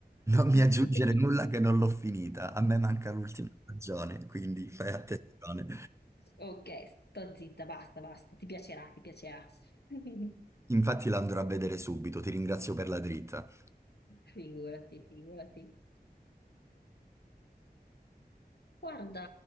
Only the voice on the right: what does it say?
non mi
aggiungere nulla che non l'ho finita. A me manca l'ultima stagione, quindi fai attenzione.
Infatti la andrò a vedere subito, ti ringrazio per la dritta.